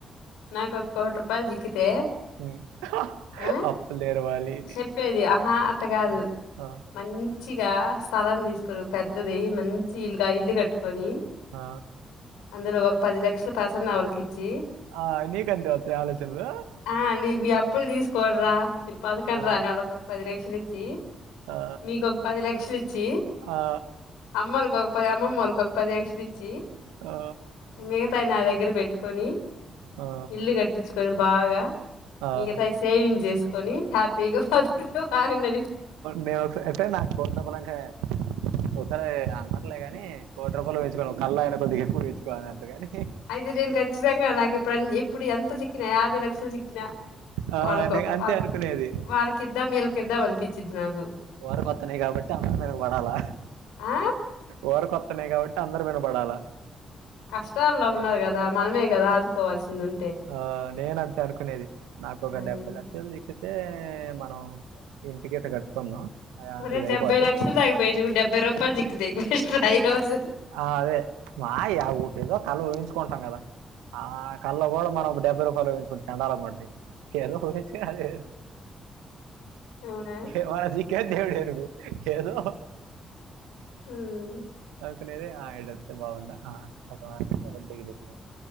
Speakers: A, on the left (about 85°); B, on the right (about 90°).
A: నాకు ఒక కోటి రూపాయలు జిక్కితే
B: ఉమ్.
A: ఆ
B: అప్పులు తెరవాలి
A: చెప్పేది ఆహా అట్ట కాదు
B: ఆ, ఆ,
A: మంచి మంచిగా స్థలం తీసుకోనీ పెద్దది మంచి ఇల్లుగా ఇల్లు కట్టుకొని
B: ఆ
A: అందులో ఒక పది లక్షలు ప్రసన్న వాళ్ళకి ఇచ్చీ
B: ఆ నీక్ అంతే ఒత్తయా ఆలోచనలూ
A: ఆ నీ మీ అప్పులు తీసుకోన్ డ్ర బతకండి
B: ఆ,
A: రా అని వాళ్ళకి ఒక పది లక్షలు ఇచ్చి
B: ఆ,
A: మీకు ఒక పది లక్ష లిచ్చీ
B: ఆ,
A: అమ్మోళ్లకు ఒక పది అమ్మమ్మ వాళ్ళకు ఒక పది లక్షలు ఇచ్చి
B: ఆ,
A: మిగతాయి నా దగ్గర బెట్టుకొని
B: ఆ,
A: ఇల్లు కట్టించుకొని బాగా
B: ఆ.
A: మిగతాయ్ సేవింగ్ చేసు కొనీ హ్యాపీగా బతికితే బాగున్నది
B: మేము ఒకసారి అయితే నాకు <inaudible> చెప్పాలంటే ఒకసారి అన్నార్లే గాని కోటి రూపాయలు ఊహించుకో కళ్ళో అయినా కొద్ది ఎక్కువ ఊహించుకోవాలి అంతే కాని
A: అయితే నేను ఖచ్చితంగా నాకు ఇప్పుడు ఇప్పుడు ఎంత చిక్కినా యాభై లక్షలు చిక్కినా
B: ఆ
A: వాళ్ళకో
B: నే- అంతే
A: వాళ్ళకి
B: అనుకునేది
A: వాళ్ళకి ఇద్దం వీళ్ళకిద్దం అనిపించిద్ది నాకు
B: వోరకొత్తనయ్ గాబట్టి అందరు వినబడాలా
A: ఆ
B: వోరికొత్తనయ్ కాబట్టి అందరు వినబడాలా
A: కష్టాల్లో ఉన్నారు కదా మనమే కదా ఆదుకోవాల్సింది ఉ
B: ఆ నేను అంతే అనుకునేది నాకు ఒక
A: ఉమ్.
B: డెబ్బై లక్షలు జిక్కితే మనం ఇంటికి ఇంట కట్టుకుందాం ఆ,
A: ఒరేయ్
B: ఇది
A: డెబ్బై
B: అయిపోతే
A: లక్షలు దాక పోయి చూడు డెబ్బై రూపాయలు జిక్కుతయ్ వేస్ట్ర ఈ రోజు
B: ఆ అదే మాయే ఒటేదో కళ ఊహించుకుంటం కదా ఆ కళ్ళో గుడా మనం ఒక డెబ్బై రూపాయలు ఉహించుకొని చండాగుంటయ్ ఏదో ఉహించి అదే
A: అవునా
B: ఏ మనజి కే దేవుడు ఎరుగు ఎదో
A: హ్మ్
B: ఒక్కడిదే ఆ ఇడు ఒత్తే బావున్న ఆ ఒక్క మా బర్డేకి జేప్పు